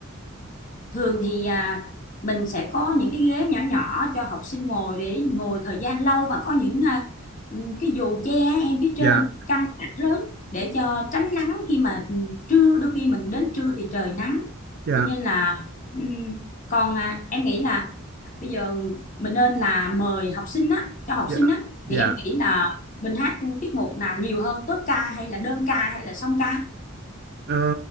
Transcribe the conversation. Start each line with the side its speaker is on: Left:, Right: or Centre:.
Left: thường thì à, mình sẽ có những cái ghế nhỏ nhỏ cho học sinh ngồi để ngồi thời gian lâu và có những à, ừm, cái dù che em phía trên
Right: Dạ,
Left: căng lớn để cho tránh nắng khi mà ừm, trưa đôi khi mình đến trưa thì trời nắng
Right: dạ,
Left: cho nên là ừm, còn à, em nghĩ là bây giờ mình nên là mời học sinh á cho học
Right: dạ,
Left: sinh á
Right: dạ.
Left: thì em nghĩ là mình hát tiết mục nào nhiều hơn tốp ca hay là đơn ca hay là song ca
Right: Ờ,